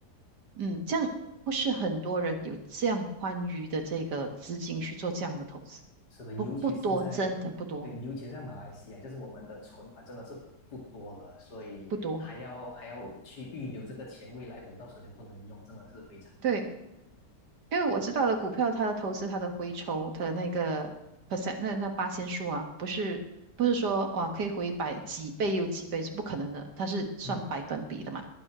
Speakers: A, on the right (about 75°); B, on the left (about 75°).
A: 嗯，这样不是很多人有这样宽裕的这个资金去做这样的投资，
B: 是的，尤其是在对，
A: 不不多，真的不多，
B: 尤其是在马来西亚，就是我们的存款真的是不多了，所以还要还要去预留这个钱，
A: 不多。
B: 未来五到十年不能用，真的是非常难。
A: 对，因为我知道的股票，它的投资、它的回酬、它的那个 percent，那那八仙数啊，不是不是说哇可以回百几倍又几倍是不可能的，它是算百分比的嘛。
B: 嗯。